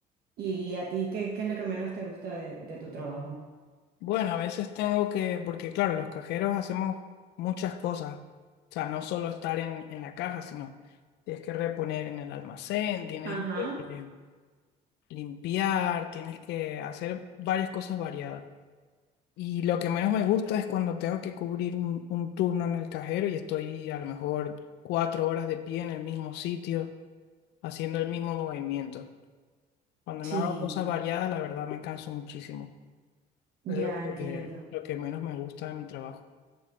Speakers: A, on the right (about 65°); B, on the left (about 85°).
A: ¿Y, a ti qué, qué es lo que menos te gusta de, de tu trabajo?
B: Bueno, a veces tengo que, porque claro, los cajeros hacemos muchas cosas. O sea, no solo estar en, en la caja, sino tienes que reponer en el almacén, tienes
A: Ajá,
B: que eh, limpiar, tienes que hacer varias cosas variadas. Y lo que menos me gusta es cuando tengo que cubrir un, un turno en el cajero y estoy a lo mejor cuatro horas de pie en el mismo sitio. haciendo el mismo movimiento. Cuando
A: sí.
B: no hago cosas variadas, la verdad me canso muchísimo.
A: Ya
B: Es lo
A: entiendo,
B: que, lo que menos me gusta de mi trabajo.